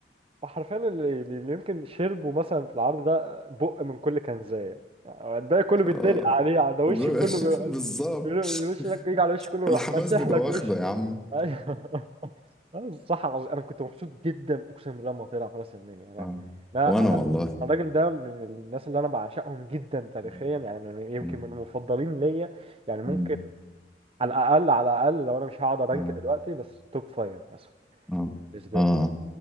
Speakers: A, on the right (about 35°); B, in the centre.
A: وحرفيا اللي, اللي يمكن شربوا مثلا في العرض ده آه، بق من كل كنزاية يعني الباقي كله
B: اه
A: بيتدلق عليه على وش
B: ب-
A: كله
B: <laughs>
A: بيبقى-
B: بالظبط
A: الوش لك يجي على وش كله يروح
B: الحماس
A: ماسح
B: بيبقى
A: لك
B: واخده
A: وش
B: يا عم
A: ايوه <laughs> الصح عظيم انا كنت مبسوط جدا اقسم بالله لما طلع فارس المنيا لا
B: اه
A: لا
B: وانا
A: انا
B: والله
A: الراجل ده من الناس اللي انا بعشقهم جدا تاريخيا
B: مم.
A: يعني من يمكن
B: انا
A: من المفضلين ليا يعني ممكن
B: مم.
A: على الاقل على الاقل لو انا مش هقعد ارانك
B: اه
A: دلوقتي بس توب فايف مثلا
B: اه
A: بالنسبه
B: اه
A: لي